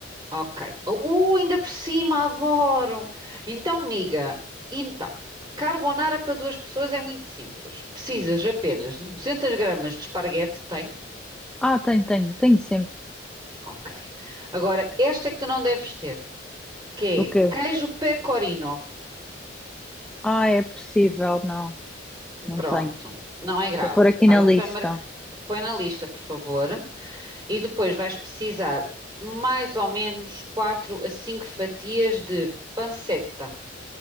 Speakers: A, on the right; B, in the centre.
A: ok. Uh, ainda por cima, adoro! Então, amiga, então, carbonara para duas pessoas é muito simples. Precisas apenas de 200 gramas de esparguete, tens?
B: Ah, tenho, tenho, tenho sempre.
A: Ok. Agora, esta é que tu não deves ter. que
B: O quê?
A: é queijo pecorino.
B: Ah, é possível, não, não
A: Pronto,
B: tenho.
A: não é grave.
B: Vou pôr aqui
A: Vais
B: na lista.
A: ao supermercado, põe na lista, por favor, e depois vais precisar mais ou menos 4 a 5 fatias de panceta.